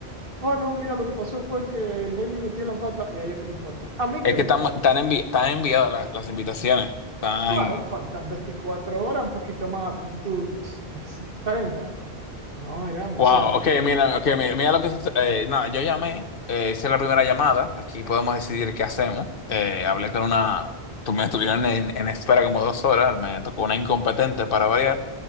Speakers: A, on the right; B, on the left.
A: Oh, no, mira, lo que pasó fue que el venue metió la pata y a ellos que le importa. A mí
B: Es
A: qué
B: que
A: me
B: están,
A: importa.
B: están, envi- están enviadas las, las invitaciones. Están.
A: Claro, faltan 24 horas, un poquito más, ponte tú treinta, No, éramos,
B: Wow,
A: o sea,
B: ok, mira, ok, mira, mira lo que sucede. eh, nada, yo llamé, eh, hice la primera llamada, aquí podemos decidir qué hacemos. Eh, hablé con una, tu- me estuvieron en, en espera como dos horas, me tocó una incompetente para variar